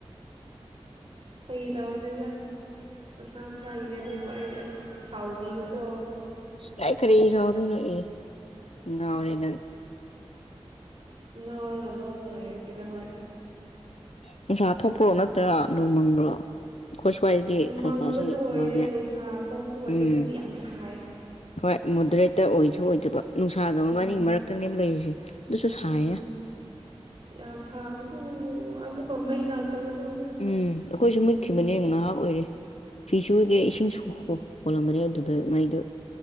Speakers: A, on the right; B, on the left.
A: ꯐꯥꯒꯤ ꯇꯧꯕꯅꯤꯗ ꯃꯁꯥ ꯃꯁꯥꯒꯤꯅꯦ ꯑꯗꯨꯕꯨ ꯑꯩꯅ ꯑꯁ ꯁꯥꯎꯕꯤꯅꯨꯀꯣ
B: ꯀꯥꯏ ꯀꯔꯤ ꯁꯥꯎꯗꯣꯏꯅꯣ ꯑꯦ ꯉꯥꯎꯔꯦ ꯅꯪ꯫
A: ꯉꯥꯎꯔꯒ ꯅꯣꯛꯑꯒ ꯂꯩꯔꯦ ꯁꯤꯗ ꯍꯣꯏ꯫
B: ꯅꯨꯡꯁꯥ ꯊꯣꯛꯄ꯭ꯔꯣ ꯅꯠꯇ꯭ꯔꯥꯒ ꯅꯣꯡ ꯃꯪꯕ꯭ꯔꯣ? ꯈꯣꯏ ꯁ꯭ꯋꯥꯏꯗꯤ ꯈꯔ
A: ꯃꯪꯕꯁꯨ
B: ꯈꯁꯨ
A: ꯑꯣꯏꯗꯦ
B: ꯃꯥꯡꯉꯦ
A: ꯅꯨꯡꯁꯥ ꯊꯣꯛꯄꯁꯨ ꯑꯣꯏꯗꯦ
B: ꯎꯝ
A: ꯑꯗꯨꯕꯨ ꯌꯥꯝ ꯁꯥꯏ
B: ꯍꯣꯏ ꯃꯣꯗꯔꯦꯠꯇ ꯑꯣꯏꯁꯨ ꯑꯣꯏꯗꯕ ꯅꯨꯡꯁꯥꯒ
A: ꯎꯝ
B: ꯃꯕꯥꯅꯤ ꯃꯔꯛꯇꯅꯦꯕ ꯂꯩꯔꯤꯁꯦ ꯑꯗꯨꯁꯨ ꯁꯥꯏꯌꯦ꯫
A: ꯎꯝ ꯌꯥꯝ ꯁꯥꯕꯗꯣ ꯑꯃꯨꯛꯀꯥ ꯃꯩ ꯂꯥꯛꯇꯕꯗꯣ
B: ꯎꯝ ꯑꯩꯈꯣꯏꯁꯨ ꯃꯨꯠꯈꯤꯕꯥꯅꯦ ꯉꯥꯏꯍꯥꯛ ꯑꯣꯏꯔꯦ ꯐꯤ ꯁꯨꯕꯥꯒꯤ ꯏꯁꯤꯡ ꯍꯣꯜꯂꯝꯕꯅꯦ ꯑꯗꯨꯗ ꯃꯩꯗꯣ